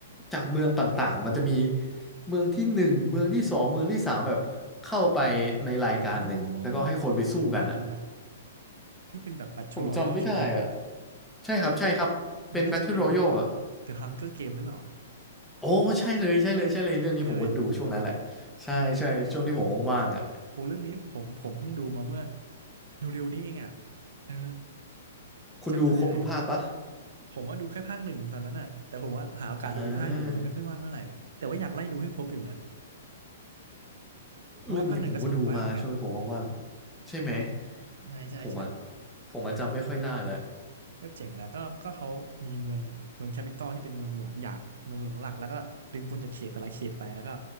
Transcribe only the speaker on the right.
อ๋อเออคุณละที่เป็นแบบ Battle
Royale ใช่ไหม
มันน่าจะเป็น
The Hunger Game หรือเปล่า
ใช่ไหม
โหเรื่องนี้ผมผมเพิ่งดูมาเมื่อเร็วๆนี้เองอ่ะเออ
จำได้เลยผมว่าดูแค่ภาคหนึ่งตอนนั้นอ่ะแต่ผมว่าหาโอกาสดูอีกภาคอยู่แต่ยังไม่ค่อยว่างเท่าไหร่แต่ว่าอยากไล่ดูให้ครบอยู่นะ
เพราะว่าภาคหนึ่งก็สนุกมากเหมือนกัน
ใช่ใช่ใช่
ก็เจ๋งนะก็ก็เขามีเมืองเมืองแคปิตอลที่เป็นเมืองหลวงอยากเมืองหลวงหลักแล้วก็ดึงคนจากเขตแต่ละเขตไปแล้วก็